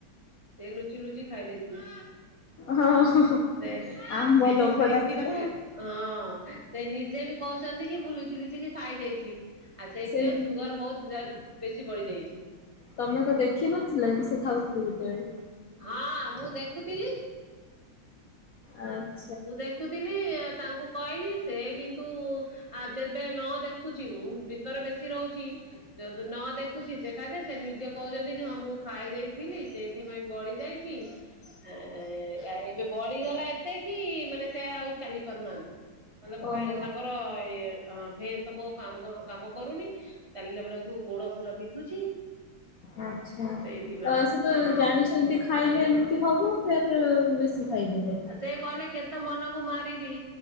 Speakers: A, on the right; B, on the left.
A: ସେ ଲୁଚି ଲୁଚି ଖାଇ ଦେଇଥିଲେ।
B: ହଁ ହଁ
A: ସେ
B: ଆମ୍ବ
A: ସେ
B: ଲୋଭ
A: ସେଇଥି
B: ଡାକିଲା
A: ବା ହଁ
B: ଆଉ
A: ସେ ନିଜେ ବି କହୁଛନ୍ତି କି ମୁଁ ଲୁଚି ଲୁଚିିକ ଖାଇ ଦେଇଛି। ଆଉ ସେଇଥିପାଇଁ
B: ସେ
A: ସୁଗର ବହୁତ ବେଶୀ ବଢି ଯାଇଛି।
B: ତମେ ତ ଦେଖିନଥିଲ କି ସେ ଖାଉଥିଲି ଯେତେବେଳେ।
A: ହଁ ମୁଁ ଦେଖୁଥିଲି।
B: <unintelligible>
A: ମୁଁ ଦେଖୁଥିଲି ତାଙ୍କୁ କହିଲି ସେ କିନ୍ତୁ ଆଉ ଯେବେ ନ ଦେଖୁଛି ମୁଁ ଭିତରେ ବେଶୀ ରହୁଛି। ଯଦି ନ ଦେଖୁଛି ସେଖା ସେ ନିଜେ କହୁଛନ୍ତି କି ହଁ ମୁଁ ଖାଇ ଦେଇେଇଥିଲି ସେଇଥିପାଇଁ ବଢି ଯାଇଛି। କି ଏବେ ବଢିଗଲା ଏତେ କି ମାନେ ସେ ଆଉ ଚାଲି ପାରୁନାହାନ୍ତି ନହେଲେ
B: ଓହୋ
A: ଭାରି ତାଙ୍କ ର ଏ ଭେନ କାମ କାମ କରୁନି। ଚାଲିଲା ବେଳକୁ ଗୋଡ ପୁରା ବିନ୍ଧୁଛି।
B: ଆଛା
A: ସେଇଥିପାଇଁ।
B: ତ ସେ ତ
A: ହଁ
B: ଜାଣିଛନ୍ତି ଖା ଖାଇଲେ ଏମିତି ହେବ ଫେର୍ ବେଶୀ ଖାଇଦେଲେ।
A: ସେ କହିଲେ କେତେ ମନକୁ ମାରିବି।